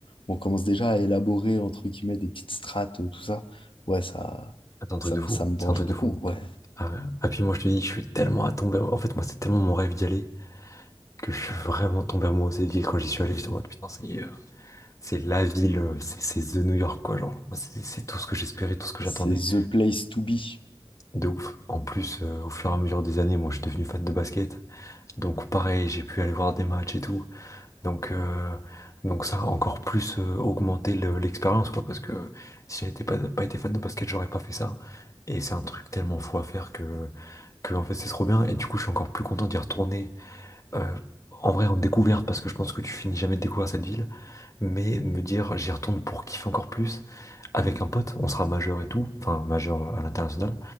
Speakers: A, on the left (about 65°); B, on the left (about 35°).
A: on commence déjà à élaborer, entre guillemets, des petites strates, euh, tout ça, ouais, ça,
B: C'est un truc
A: ça
B: de
A: me,
B: fou,
A: ça me branche
B: c'est un truc
A: beaucoup.
B: de fou.
A: Ouais,
B: Ah, ouais. ah, puis moi je te dis, je suis tellement tombé. En fait, moi c'est tellement mon rêve d'y aller que je suis vraiment tombé amoureux de cette ville quand j'y suis allé. J'étais en mode putain, c'est euh, c'est la ville, euh, c'est c'est The New York quoi. Genre, Moi, c'est c'est tout ce que j'espérais, tout ce que
A: c'est
B: j'attendais.
A: the place to be.
B: De ouf. En plus, euh, au fur et à mesure des années, moi je suis devenu fan de basket. Donc pareil, j'ai pu aller voir des matchs et tout. Donc, euh, donc ça a encore plus euh, augmenté le- l'expérience, quoi, parce que si j'avais été pas, pas été fan de basket, j'aurais pas fait ça. Et c'est un truc tellement fou à faire que, que en fait, c'est trop bien. Et du coup, je suis encore plus content d'y retourner. euh, en vrai, en découverte, parce que je pense que tu finis jamais de découvrir cette ville, mais de me dire, j'y retourne pour kiffer encore plus. Avec un pote, on sera majeur et tout, enfin majeur à l'international.